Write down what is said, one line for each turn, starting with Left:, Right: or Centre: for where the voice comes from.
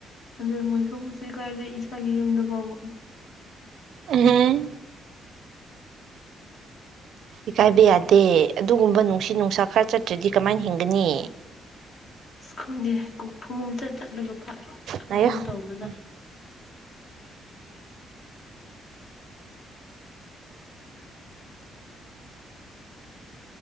Left: ꯑꯗꯨ ꯃꯣꯏ ꯊꯣꯛꯧꯕꯁꯨ ꯀꯥꯏꯔꯦ ꯏꯁꯥꯒꯤ ꯌꯨꯝꯗ ꯐꯥꯎꯕ
Right: ꯑꯦꯝ ꯏꯀꯥꯏꯕ ꯌꯥꯗꯦ ꯑꯗꯨꯒꯨꯝꯕ ꯅꯨꯡꯁꯤꯠ ꯅꯨꯡꯁꯥ ꯈꯔ ꯆꯠꯇ꯭ꯔꯗꯤ ꯀꯃꯥꯏꯅ ꯍꯤꯡꯒꯅꯤ
Left: ꯑꯁ ꯈꯪꯗꯦ ꯀꯣꯛ ꯐꯃ ꯆꯠ ꯆꯠꯂꯒ ꯐ
Right: ꯉꯥꯏꯌꯣ
Left: ꯀꯩꯅꯣ ꯇꯧꯕꯗ
Right: ꯎꯝ